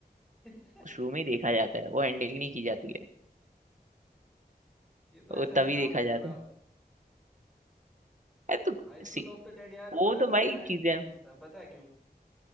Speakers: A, in the centre; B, on the right.
A: <laughs>
B: शुरू में ही देखा जाता है वो एंडिंग नहीं की जाती है
A: ये तो ऐसे
B: वो
A: ऐसे
B: तभी
A: नाम
B: देखा
A: ले
B: जाता
A: रहे हो ना
B: है
A: आप
B: अरे तो
A: High
B: सी
A: school of the dead यार
B: वो
A: बड़ा
B: तो भाई
A: सैड
B: चीजें
A: सीरीज
B: हैं
A: था पता है क्यों